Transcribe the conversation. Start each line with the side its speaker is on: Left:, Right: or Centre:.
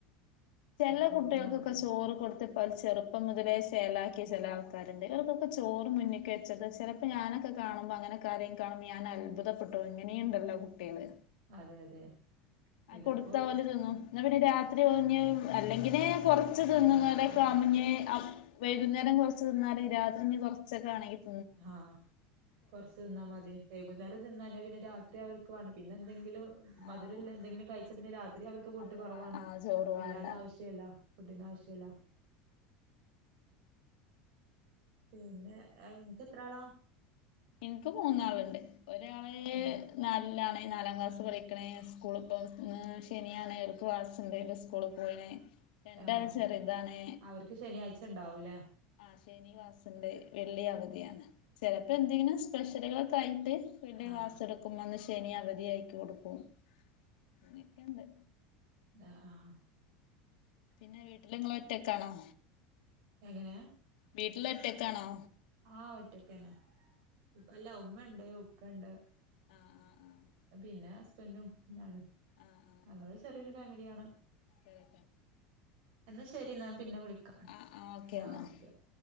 Left: ല
Right: ചോറുണ്ണാൻ
Left: ' കുട്ടികൾക്കൊക്കെ
Right: മടിയാ
Left: ചോറ് കൊടുത്ത്പ്പ ചെറുപ്പം മുതലേ ശേലാക്കി ചില ആൾക്കാരുണ്ട് ഇവർക്കൊെ ട് ചെല ആൾക്കാര്ണ്ട് ല് ചെലാൻ ക്കാരുണ്ട് ഇവർക്കൊകെ'ചോറ് മുന്തക്ക് വെച്ചത് ചെലപ്പോ ഞാനൊക്കെ കാ'ണമ്പോ ഞാനട അങ്ങനെക്കെ കും കാുമ്പോഞൻ അത്ഭുതപ്പെട്ടോ വും ഇങ്ങനയ്ണ്ടല്ലോ കുട്ട്യേള്
Right: അതെ അതെ
Left: അകൊടുത്ത
Right: ഇതിപ്പോ
Left: ഒല് തിന്നും എന്ന പിന്നെ രാത്രി ഒഞ്ഞ് അല്ലെങ്കില് കുറച്ച് തിന് അമഞ്ഞ് വൈകുന്നേരം കുറച്ച് തിന്നാല രാത്രി ഞഞ്ഞ് കൊറച്ചൊക്കെ ആണെങ്കിലു
Right: ആകൊറച്ച് നിന്നാ മതി വൈകുന്നേരം തിന്ന ഞാ പിന്നെ രാത്രി അവർ കുവാണ്ട് പിന്നെ ന്തെങ്കിലും മധുരല്ല
Left: ആഹ്
Right: ന്തെങ്കിലും കഴിച്ച പിന്നെ രാത്രി അവർക്ക് ഫുഡ്
Left: അന്ന്
Right: കുറവാണ്
Left: വാ ആഹ് ചോറ് വാണ്ട
Right: എല്ലാതും ആവശ്യല്ല ഫുഡിൻ്റെ ആവശ്യല്ല പിന്നെ ഇൻക്ക് എത്രാളാ
Left: ഇൻക്ക് മൂന്നാള്ണ്ട് ഒരാള്
Right: ഏഹ്
Left: നാലിലാണ് ന് നാലാം ക്ലാസ് പഠിക്കണ് സ്കൂളിപ്പം സെറ ' രണ്ടാഴ
Right: ആഹ്
Left: ചറ ഇതാണ്
Right: അവർക്ക് ശനിയാഴ്ച ഉണ്ടാവൂല്ലേ
Left: ആശേനി ക്ലാസിന്റെ വെള്ളി പക്ഷെ നി ക്ലാസി ണ്ട് വെളളഅവധിയാണ് ചിലപ്പോ 'എന്തെങ്കിലും സ്പെഷ്യലുകളൊക്കാ യിട്ട് വീനി
Right: ആഹ്
Left: ക്ാസ് എടുക്കും മനുഷ് ശനി അവധിയ ആയിക്കി കൊടുക്കും അങ്ങനെയൊക്കെുണ്ട്
Right: ആഹ ആഹ
Left: പിന്നെ വീട്ടിലിങ്ങ ളൊറ്റക്കാണോ
Right: എങ്ങനെ
Left: വീട്ടിലൊറ്റക്കാണോ
Right: ആഹ് ഒറ്റക്കേന്ന അല്ല ഉമ്മ ണ്ട് ഉപ്പ ണ്ട്
Left: ആ ആ ആ
Right: പിന്നെ ഹസ്ബൻറും ഞാനും
Left: ആ ആ ആ
Right: അങ്ങെ ള്ചെറിയൊരു ഫാമിലിയാണ്
Left: ആ
Right: എന്നാ ശരി ന്നാൻ പിന്നെ വിളിക്കാം
Left: ആ ആ
Right: ആ
Left: എന്നാ
Right: ' ഓക്കെ <inaudible>